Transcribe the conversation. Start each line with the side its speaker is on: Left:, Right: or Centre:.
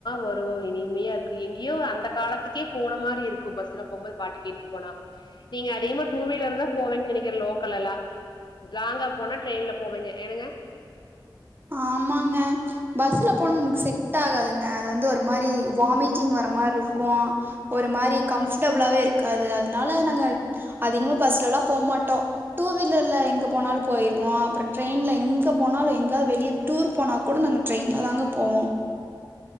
Left: வரும் இனிமையா இருக்கும் எங்கேயோ அந்த காலத்துக்கே போன மாதிரி இருக்கும் பஸ்ல போகும்போது பாட்டு கேட்டு போனா நீங்க அதிகமா டூ வீலர் தான் போவிங்கனு நினைக்கிறேன் லோக்கலல்லா லாங்கா போனா ட்ரெயின்ல போவிங்க என்னங்க
Right: ஆமாங்க பஸ்ல போன நமக்கு செட் ஆகாதுங்க அது வந்து ஒரு மாதிரி வாமிட்டிங் வர மாதிரி இருக்கும் ஒரு மாதிரி கம்ஃபர்டபிளாவே இருக்காது அதனால நாங்க அதிகமா பஸ்ல எல்லாம் போகமாட்டோம் டூ வீலர்ல எங்க போனாலும் போயிருவோம் அப்புறம் ட்ரெயின்ல எங்க போனாலும் எங்க வெளியே டூர் போனா கூட நாங்க ட்ரெயின்ல தாங்க போவோம்